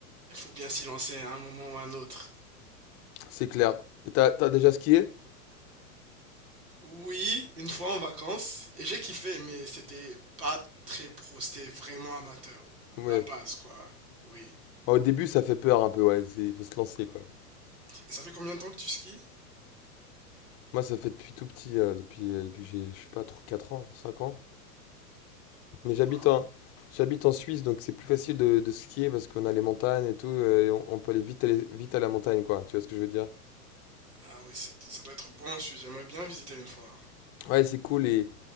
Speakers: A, on the right (about 80°); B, on the left (about 30°).
A: il faut bien s'y lancer à un moment ou à un autre.
B: C'est clair. Et t'as, t'as déjà skié?
A: Oui, une fois en vacances, et j'ai kiffé, mais c'était pas très pro, c'était vraiment amateur.
B: Ouais.
A: La base, quoi. Oui.
B: Ah, Au début, ça fait peur un peu, ouais. c'est- Il faut se lancer, quoi.
A: Et ça fait combien de temps que tu skis?
B: Moi, ça fait depuis tout petit, euh, depuis, euh, depuis que j'ai, je sais pas, trop 4 ans, 5 ans. Mais j'habite
A: Waouh.
B: en, j'habite en Suisse, donc c'est plus facile de, de skier parce qu'on a les montagnes et tout, euh, et on, on peut aller vite, aller vite à la montagne, quoi. Tu vois ce que je veux dire?
A: Ah oui, c'est- ça doit être bon en Suisse, j'aimerais bien visiter une fois.
B: Ouais, c'est cool. Et,